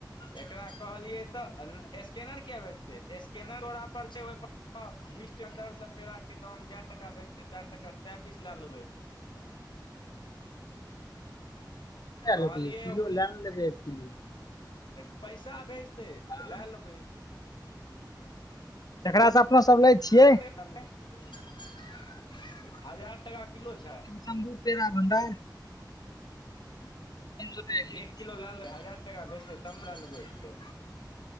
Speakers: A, on the left; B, on the left.
A: एकरा कहलियै तऽ नै स्कैनर किया बेेजतै स्केैनर तोरा पर छै ओय पर हां बीस टाका दर से पेड़ाके दाम जै टाका भेजतै तए टाका तै पीस लए लेबै।
B: लै
A: कहलियै
B: लेथिए किलो लैन लेबै एक किलो।
A: तै पैसा भेजतै
B: हँ
A: तऽ लए लेबै।
B: जकरा से अपना सब लै छियै
A: कै टका <unintelligible> हजार टका किलो छै?
B: शंभु पेरा भण्डार। सौ टके
A: एक
B: छै
A: किलो लए लेबै हजार टका भैजते तब नै लए लेबै एक किलो।